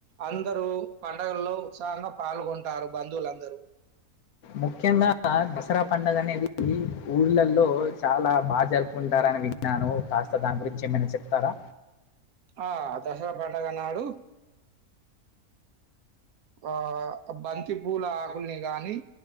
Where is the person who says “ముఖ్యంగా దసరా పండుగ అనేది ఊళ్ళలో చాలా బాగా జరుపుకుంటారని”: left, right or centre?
Left